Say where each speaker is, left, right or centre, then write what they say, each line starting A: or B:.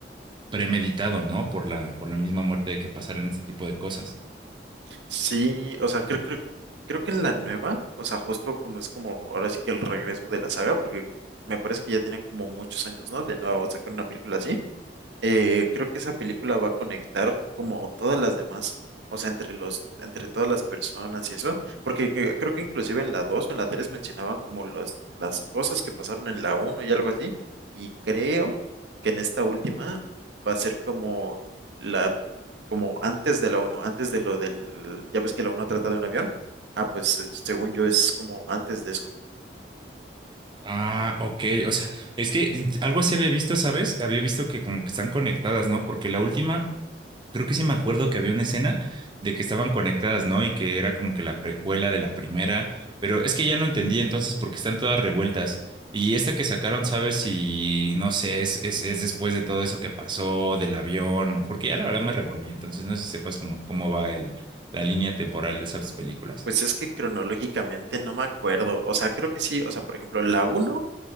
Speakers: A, on the right (about 25°); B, on the right (about 80°).
A: premeditado, ¿no? Por la, por la misma muerte de que pasaran este tipo de cosas.
B: Sí, o sea, creo, creo, creo que en la nueva, o sea, justo como es como ahora sí que el regreso de la saga, porque me parece que ya tenían como muchos años, ¿no? De nuevo sacar una película así. eh, creo que esa película va a conectar como todas las demás, o sea, entre los, entre todas las personas y eso, porque que- creo que inclusive en la 2 o en la 3 mencionaban como los, las cosas que pasaron en la uno y algo así, y creo que en esta última va a ser como la, como antes de la uno antes de lo del, ya ves que la uno trata de un avión, ah, pues eh, según yo es como antes de eso.
A: Ah, ok. O sea, es que algo así había visto, ¿sabes? Había visto que como que están conectadas, ¿no? Porque la última Creo que sí me acuerdo que había una escena de que estaban conectadas, ¿no? Y que era como que la precuela de la primera, pero es que ya no entendí entonces porque están todas revueltas. Y esta que sacaron, ¿sabes si, no sé, es, es, es después de todo eso que pasó, del avión, o porque ya la verdad me revolví, entonces no sé si sepas cómo, cómo va el, la
B: Mm,
A: línea temporal de esas películas.
B: Pues es que cronológicamente no me acuerdo, o sea, creo que sí, o sea, por ejemplo, la uno